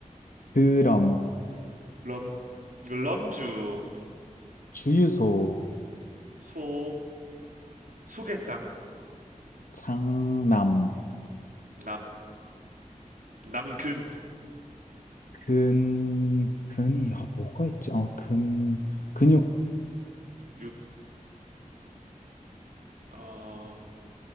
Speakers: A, on the left; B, on the right.
A: 드럼.
B: 럼, 럼주,
A: 주유소.
B: 소, 소개장,
A: 장남.
B: 남, 남근,
A: 근, 근이, 아, 뭐가 있지? 어, 근, 근육,
B: 육, 어,